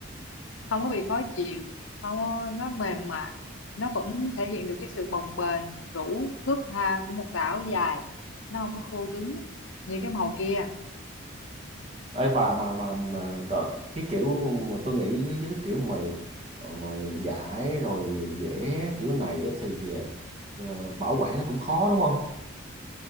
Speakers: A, on the left; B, on the right.
A: không có bị khó chịu không có- nó mềm mại nó vẫn thể hiện được cái sự bồng bềnh rũ thướt tha của một tà áo dài nó không có khô cứng như cái màu kia
B: ấy bà mà mà mà đợt, cái kiểu mà tôi nghĩ chứ cái kiểu mà ờ, giải rồi vẽ kiểu này á thì ờ, bảo quản nó cũng khó đúng không